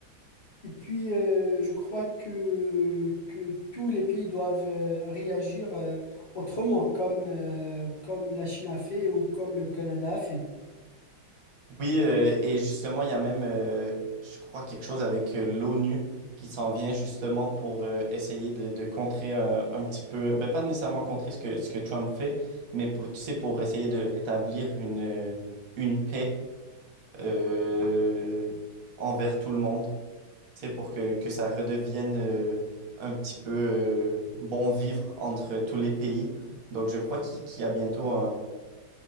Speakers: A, on the left; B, on the right.
A: Et puis euh, je crois que, que tous les pays doivent euh, réagir euh, autrement, comme, euh, comme la Chine a fait ou comme le Canada a fait.
B: Oui, euh, et justement, il y a même, euh, je crois, quelque chose avec euh, l'ONU qui s'en vient justement pour euh, essayer de, de contrer euh, un petit peu, ben, pas nécessairement contrer ce que, ce que Trump fait, mais pour- tu sais, pour essayer de rétablir une, euh, une paix euh, envers tout le monde, tu sais, pour que, que ça redevienne euh, un petit peu euh, bon vivre entre tous les pays. Donc, je crois qu'il qu'il y a bientôt